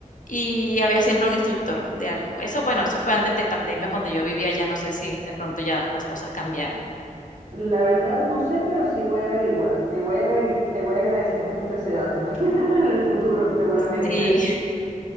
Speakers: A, on the left; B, on the right.
A: y había siempre un instructor de algo. Eso, bueno, eso fue antes de pandemia, cuando yo vivía allá, no sé si de pronto ya las cosas cambiaron.
B: La verdad no sé, pero sí voy a averiguar. Te voy a, averi- te voy a agradecer mucho ese dato <laughs> en el futuro, seguramente.
A: Sí.